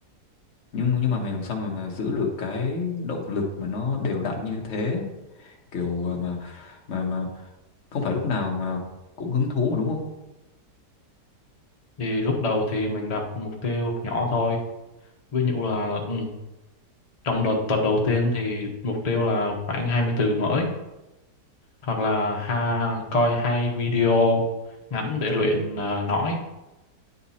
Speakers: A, on the left; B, on the left.
A: Nhưng nhưng mà mày làm sao mà mà giữ được cái động lực mà nó đều đặn như thế, kiểu à, mà mà mà không phải lúc nào mà cũng hứng thú mà đúng không?
B: thì lúc đầu thì mình đặt mục tiêu nhỏ thôi ví dụ là ừ, trong đợt tuần đầu tiên thì mục tiêu là khoảng 20 từ mới hoặc là ha coi hai video ngắn để luyện à, nói